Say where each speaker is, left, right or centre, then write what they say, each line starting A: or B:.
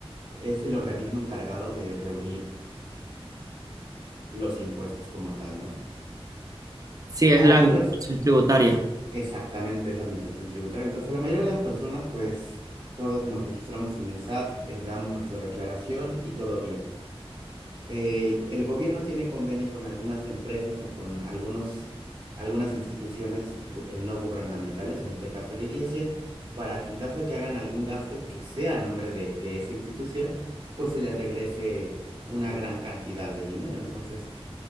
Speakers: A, on the right; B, on the right.
A: es el organismo encargado de reunir los impuestos como tal, ¿no?
B: Sí, es
A: A
B: la
A: las
B: administración
A: personas,
B: tributaria.
A: exactamente, es la administración tributaria. Entonces, la mayoría de las personas, pues, todos nos registramos en el SAT, eh, damos nuestra declaración y todo bien. El, el gobierno tiene convenio con algunas empresas o con algunos, algunas instituciones eh, no gubernamentales, en este caso la iglesia, para que en caso de que hagan algún gasto que sea a nombre de, de esa institución, pues se les regrese una gran cantidad de dinero. Entonces,